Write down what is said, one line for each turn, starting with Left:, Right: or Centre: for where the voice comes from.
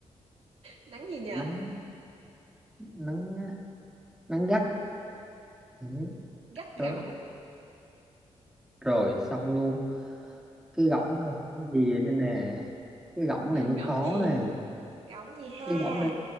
Right: nắng gì nhờ?
Centre: nắng nắng à, nắng gắt Ừ,
Right: Gắt gỏng.
Centre: đó. rồi xong luôn cái gỗng này cái gì đây nè cái gỗng này mới
Right: Gỏng
Centre: khó
Right: gì?
Centre: nè
Right: Gỏng gì ha?
Centre: cái gỗng này